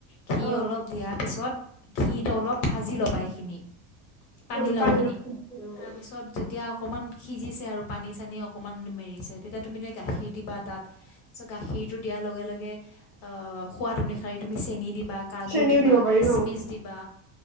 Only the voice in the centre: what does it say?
অ
মানে পানীলাও উম
চেনিও
দিব পাৰি
ন